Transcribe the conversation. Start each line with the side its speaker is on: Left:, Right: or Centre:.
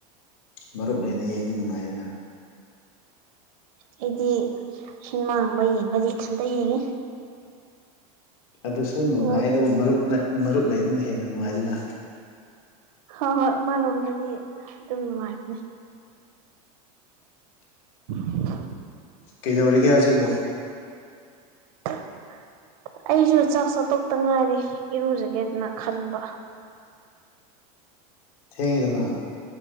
Left: ꯃꯔꯨꯞ ꯂꯩꯅ ꯌꯦꯡꯗꯤ ꯅꯨꯡꯉꯥꯏ ꯑꯩꯅ
Right: ꯑꯩꯗꯤ ꯁꯤꯅꯦꯃꯥꯒꯨꯝꯕ ꯌꯦꯡꯕꯁ ꯏꯊꯟꯇ ꯌꯦꯡꯉꯤ <inaudible>
Left: ꯑꯗꯨꯁꯨ ꯅꯨꯡꯉꯥꯏ
Right: ꯕꯣꯜꯗꯤ
Left: ꯑꯗꯨꯒꯕꯨ ꯃꯔꯨꯞ ꯃꯔꯨꯞ ꯂꯩꯗꯨꯅ ꯍꯦꯟꯅ ꯅꯨꯡꯉꯥꯏꯗꯨꯅ
Right: ꯍꯣꯏ ꯍꯣꯏ ꯃꯥꯂꯣꯝꯗꯗꯤ ꯑꯗꯨꯝ ꯅꯨꯡꯉꯥꯏꯕꯅꯦ <unintelligible>
Left: ꯀꯩꯗꯧꯔꯤꯒꯦ ꯍꯧꯖꯤꯛꯕꯣ
Right: <unintelligible> ꯑꯩꯁꯨ ꯆꯥꯛ ꯆꯥꯊꯣꯛꯇ ꯉꯥꯏꯔꯦ ꯏꯔꯨꯖꯒꯦꯗꯅ ꯈꯟꯕ
Left: ꯊꯦꯡꯉꯗꯅ